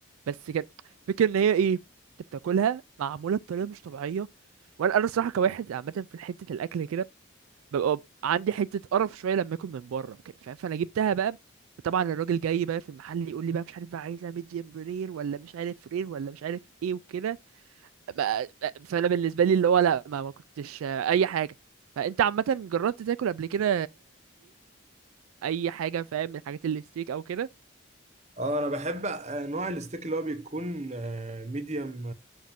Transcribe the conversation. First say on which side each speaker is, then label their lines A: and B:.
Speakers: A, on the right; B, on the right.
A: بس كان فكرة ان هي ايه انت بتاكلها معمولة بطريقة مش طبيعية وانا انا الصراحة كواحد عامة في حتة الاكل كده ببقى عندي حتة قرف شوية لما اكل من بره وكده فاهم فانا جبتها بقى وطبعا الراجل جاي بقى في المحل يقول لي بقى مش عارف بقى عايزها ميديم رير ولا مش عارف رير ولا مش عارف ايه وكده ما- فانا بالنسبة لي اللي هو لا ما, ما كنتش اي حاجة فانت عامة جربت تاكل قبل كده اي حاجه فاهم من الحاجات اللي ستيك او كده
B: اه انا بحب آه، نوع الستيك اللي هو بيكون ميديوم